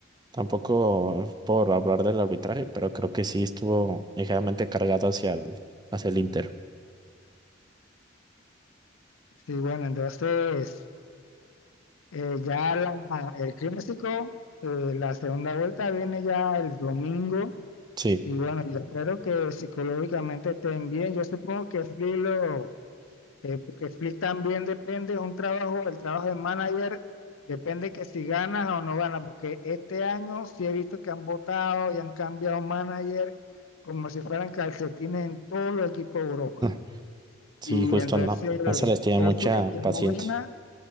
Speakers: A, on the right; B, on the left.
A: tampoco es por hablar del arbitraje, pero creo que sí estuvo ligeramente cargado hacia el, hacia el Inter.
B: sí, bueno, entonces eh, ya la- el clásico, eh, la segunda vuelta viene ya el domingo
A: Sí,
B: y bueno, yo espero que psicológicamente estén bien. Yo supongo que Flick lo, eh, porque Flick también depende, es un trabajo, el trabajo de manager depende que si ganas o no ganas, porque este año sí he visto que han votado y han cambiado manager como si fueran calcetines en todos los equipos de Europa.
A: ah, sí,
B: Y
A: justo
B: entonces
A: no, no se
B: eh,
A: les tiene
B: es
A: mucha
B: el que
A: paciencia.
B: no gana,